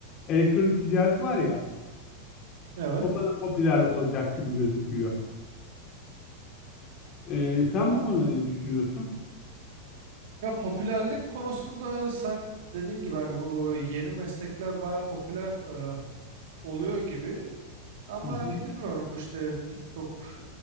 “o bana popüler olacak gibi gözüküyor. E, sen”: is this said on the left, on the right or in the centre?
Left